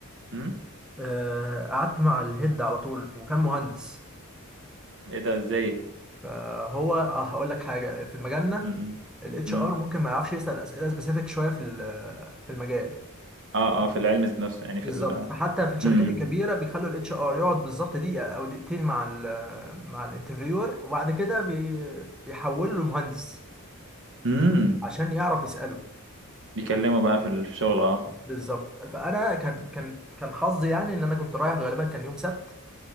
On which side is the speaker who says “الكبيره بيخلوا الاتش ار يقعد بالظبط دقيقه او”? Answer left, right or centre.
Centre